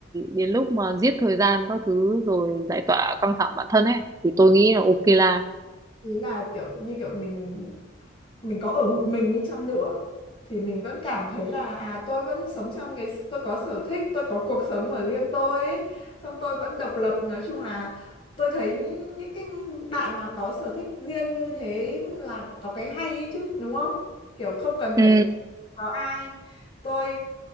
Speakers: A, on the right (about 15°); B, on the left (about 25°).
A: đến lúc mà giết thời gian các thứ rồi giải tỏa căng thẳng bản thân ấy, thì tôi nghĩ là ok là.
B: ý là kiểu như kiểu mình mình có ở một mình đi chăng nữa thì mình vẫn cảm thấy là à tôi vẫn sống trong cái tôi có sở thích tôi có cuộc sống của riêng tôi ấy. Xong tôi vẫn độc lập nói chung là tôi thấy những cái bạn mà có sở thích riêng như thế là có cái hay ấy chứ đúng không kiểu không cần phải
A: Ừ.
B: phụ có ai tôi